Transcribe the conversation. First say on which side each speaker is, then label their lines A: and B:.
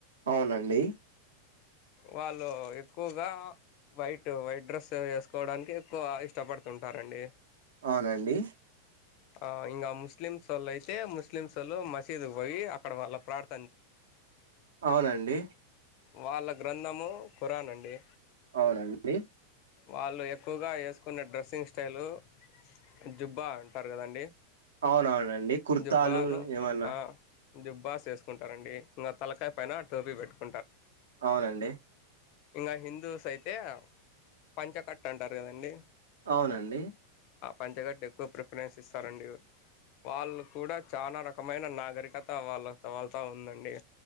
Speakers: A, on the right; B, on the left.
A: అవునండి
B: వాళ్ళు ఎక్కువగా వైట్ వైట్ డ్రెస్ వేసుకోడానికి ఎక్కువ ఇష్టపడుతుంటారండి
A: అవునండి
B: ఆ ఇంకా ముస్లిమ్స్ వాళ్ళు అయితే ముస్లిమ్స్ వాళ్ళు మసీదుకి పోయి అక్కడ వాళ్ళ ప్రార్
A: అవునండి
B: వాళ్ళ గ్రంథము ఖురానండి
A: అవునండి
B: వాళ్ళు ఎక్కువగా ఎసుకున్న డ్రసింగ్ తెల్వదు జుబ్బా అంటారు కదండి
A: అవునవునండి కుర్తాలు
B: జుబ్బాను
A: ఎమన్నా
B: ఆ జుబ్బాస్ వేసుకుంటారండి ఇంకా తలకాయ పైన టోపీ పెట్టుకు
A: అవునండి
B: ఇంకా హిందూస్ అయితే పంచకట్టంటారు కదండి
A: అవునండి
B: ఆ పంచగడ్డ ఎక్కువ ప్రిఫరెన్స్ ఇస్తారండి, వాళ్ళు కూడా చాలా రకమైన నాగరికత వాళ్ళ వాళ్ళతో ఉందండి.